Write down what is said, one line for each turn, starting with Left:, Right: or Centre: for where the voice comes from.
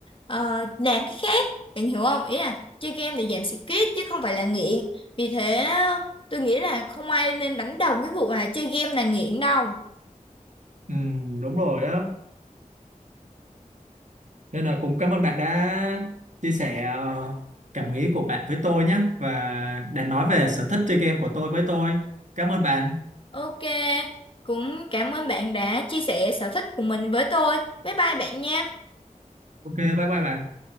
Left: ờ, làm cái khác bạn hiểu không ý là chơi game để giảm stress chứ không phải là nghiện vì thế ờ, tôi nghĩ là không ai nên đánh đồng cái vụ là chơi game là nghiện đâu
Right: ừ, đúng rồi á nên là cũng cảm ơn bạn đã chia sẻ ờ, cảm nghĩ của bạn với tôi nhé và đã nói về sở thích chơi game của tôi với tôi cảm ơn bạn
Left: ok cũng cảm ơn bạn đã chia sẻ sở thích của mình với tôi bye bye bạn nha
Right: ok bye bye bạn